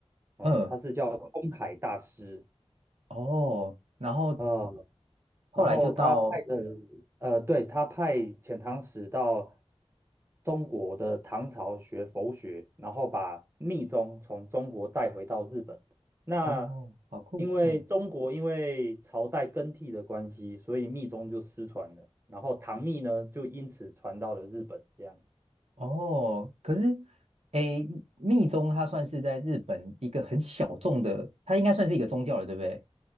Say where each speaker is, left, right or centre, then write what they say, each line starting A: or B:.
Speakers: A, on the right; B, on the right.
A: 哦，
B: 嗯，
A: 他是叫空海大师。
B: 哦，然后
A: 啊。
B: 后来就到，
A: 然后他派的，呃，对，他派遣唐使到中国的唐朝学佛学，然后把密宗从中国带回到日本。那
B: 哦，好酷，
A: 因为中国因为朝代更替的关系，
B: 嗯，
A: 所以密宗就失传了，然后唐密呢就因此传到了日本，这样。
B: 哦，可是，诶，密宗它算是在日本一个很小众的，它应该算是一个宗教了，对不对？